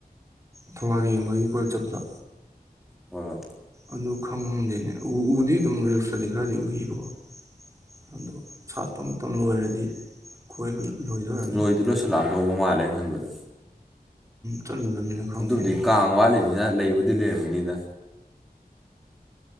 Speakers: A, on the right (about 20°); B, in the centre.
A: ꯊꯝꯕꯥꯜ ꯌꯦꯡꯕꯒꯤ ꯀꯣꯏꯕ ꯆꯠꯄꯗ
B: ꯍꯣꯏ ꯍꯣꯏ ꯫
A: ꯑꯗꯨ ꯈꯪꯗꯦꯅꯦ ꯎꯗꯤ ꯑꯗꯨꯝ ꯔꯤꯜꯁꯇꯗꯤ ꯈꯔꯗꯤ ꯎꯏꯌꯦꯕꯀꯣ꯫ ꯑꯣ ꯁꯥꯠꯄ ꯃꯇꯝ ꯂꯣꯏꯔꯗꯤ ꯀꯣꯏꯕ ꯂꯣꯏꯗꯣꯏꯔꯅꯤ
B: ꯂꯣꯏꯗꯤ ꯂꯣꯏꯁꯤꯜꯂꯛꯑꯝꯗꯧꯕ ꯃꯥꯜꯂꯦꯅ ꯈꯟꯕꯗ
A: ꯆꯠꯂꯨꯗꯕꯅꯤꯅ ꯈꯪꯗꯦꯅꯦ
B: ꯑꯗꯨꯕꯨꯗꯤ ꯀꯥꯡ ꯋꯥꯠꯂꯤꯅꯤꯅ ꯂꯩꯕꯨꯗꯤ ꯂꯩꯔꯝꯃꯤꯅꯤꯗ